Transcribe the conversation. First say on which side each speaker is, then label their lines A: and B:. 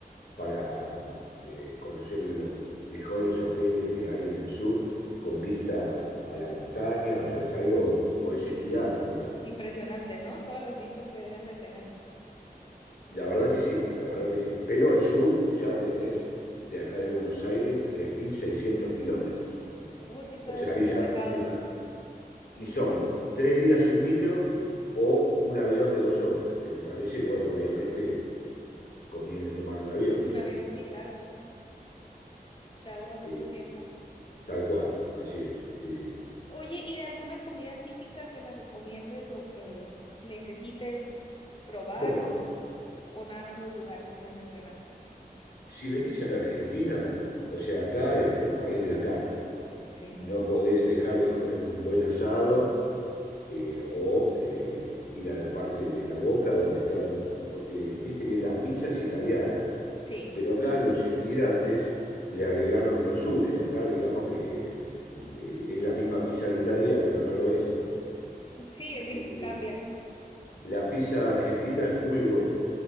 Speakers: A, on the left; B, on the left.
A: para eh, conocer los mejores hoteles que hay en el sur con vista a la montaña, o sea, es algo, podés
B: Imp-
A: esquiar también.
B: impresionante, ¿no? Todas las vistas que deben de tener.
A: La verdad que sí, la verdad que sí. Pero al sur ya tenés de acá de Buenos Aires 3.600 kilómetros.
B: Oh, sí está
A: O sea, ahí ya,
B: alejado.
A: en a- y son tres días en micro o un avión de dos horas, que me parece, bueno, obviamente conviene tomar un avión.
B: Un avión, sí, claro. Te ahorras mucho
A: Eh,
B: tiempo.
A: tal cual, así es, sí, sí.
B: Oye, ¿y de alguna comida típica que me recomiendes o que necesite probar
A: Bueno,
B: o, o nada más los lugares que me mencionaste?
A: Si venís a la Argentina, o sea, acá es el país de la carne.
B: Sí.
A: No podés dejar de comer un buen asado eh, o eh, ir a la parte de la Boca donde están, porque viste que la pizza es italiana,
B: Sí.
A: pero acá los inmigrantes le agregaron lo suyo. Acá digamos que mm, eh, es la misma pizza de Italia, pero no lo es a la vez.
B: Sí, es
A: Así
B: di-
A: que
B: cambia.
A: la pizza argentina es muy buena.